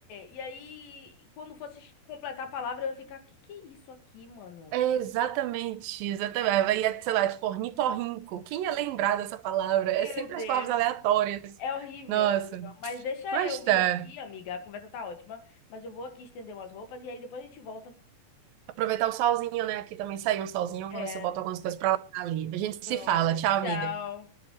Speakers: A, on the left; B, on the right.
A: E aí, quando fosse completar a palavra, eu ia ficar, que que é isso aqui, mano?
B: É exatamente, exatamente. Vai, ia, sei lá, tipo, ornitorrinco. Quem ia lembrar dessa palavra?
A: Meu
B: É sempre
A: Deus.
B: as palavras aleatórias.
A: É horrível,
B: Nossa,
A: é horrível. Mas deixa
B: mas
A: eu
B: tá.
A: ir aqui, amiga. A conversa tá ótima. Mas eu vou aqui estender umas roupas e aí depois a gente volta.
B: Aproveitar o solzinho, né? Aqui também saiu um solzinho.
A: É,
B: Vou ver se eu boto algumas coisas pra lá ali. A gente
A: pronto.
B: se fala. Tchau,
A: Tchau.
B: amiga.